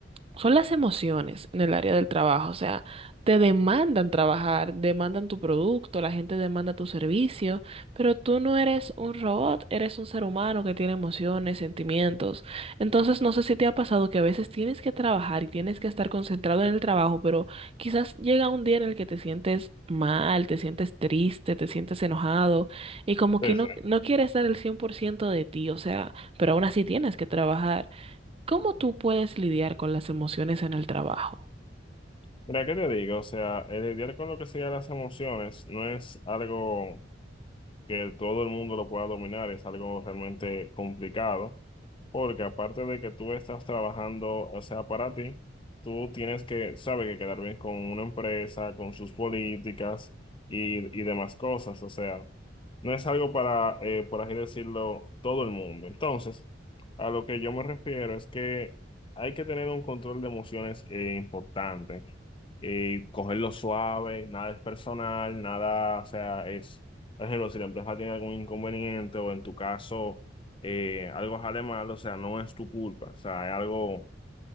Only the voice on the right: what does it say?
son las emociones en el área del trabajo. O sea, te demandan trabajar, demandan tu producto, la gente demanda tu servicio, pero tú no eres un robot, eres un ser humano que tiene emociones, sentimientos. Entonces, no sé si te ha pasado que a veces tienes que trabajar y tienes que estar concentrado en el trabajo, pero quizás llega un día en el que te sientes mal, te sientes triste, te sientes enojado y como que
no,
no quieres dar el 100% de ti, o sea, pero aún así tienes que trabajar. ¿Cómo tú puedes lidiar con las emociones en el trabajo?